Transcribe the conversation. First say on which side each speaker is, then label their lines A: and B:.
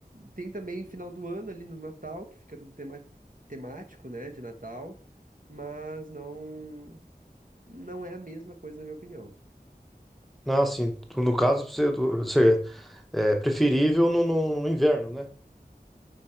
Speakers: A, on the right; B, in the centre.
A: tem também final do ano ali no Natal, que fica tudo tema- temático, né, de Natal, mas não não é a mesma coisa na minha opinião.
B: não assim, tu- no caso, você, você é preferível no, no, no inverno, né?